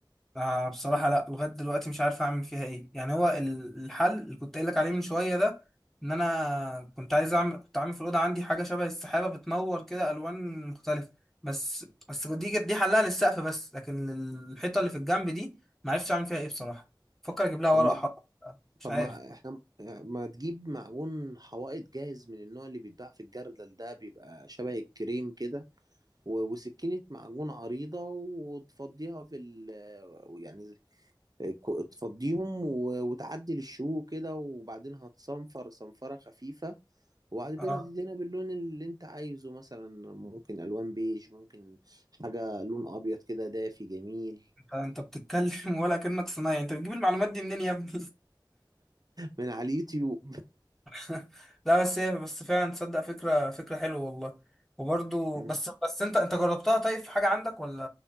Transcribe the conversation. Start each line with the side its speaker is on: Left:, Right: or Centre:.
Centre: آه بصراحة لا لغاية دلوقتي مش عارف اعمل فيها ايه يعني هو ال- الحل اللي كنت قايل لك عليه من شوية ده ان انا كنت عايز اعمل كنت عامل في الأوضة عندي حاجة شبه السحابة بتنور كده الوان مختلفة بس بس دي دي حلها للسقف بس لكن الحيطة اللي في الجنب دي ما عرفتش اعمل فيها ايه بصراحة فكر اجيب لها ورق
Right: طب ما
Centre: حائط مش
Right: طب
Centre: عارف
Right: ما احنا ما تجيب معجون حوائط جاهز من النوع اللي بيتباع في الجردل ده بيبقى شبه الكريم كده و- وسكينة معجون عريضة وتفضيها في ال يعني كو- تفضيهم و- وتعدل الشو كده وبعدين هتصنفر صنفرة خفيفة وبعد كده
Centre: آه.
Right: تدهنها باللون اللي انت عايزه مثلا ممكن الوان بيج ممكن حاجة لون ابيض كده دافي جميل
Centre: فانت بتتكلم <laughs> ولا كأنك صنايعي انت بتجيب المعلومات دي منين يا ابني
Right: من على اليوتيوب
Centre: <laughs> لا بس هي بس فعلا تصدق فكرة فكرة حلوة والله وبرضو
Right: <laughs> م.
Centre: بس بس انت انت جربتها طيب في حاجة عندك ولا